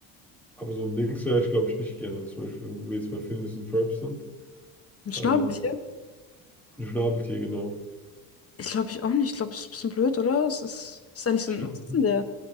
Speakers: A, in the centre; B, on the left.
A: aber so ein Dings wäre ich, glaube ich, nicht gerne. Zum Beispiel, wenn wir jetzt bei Phineas und Ferb sind.
B: Ein Schnabeltier?
A: Ähm, ein Schnabeltier, genau.
B: Ich glaube ich auch nicht. Ich glaube, es ist ein bisschen blöd, oder? Es ist, ist ja nicht so
A: Ich
B: ein.
A: glaube,
B: Was ist denn der?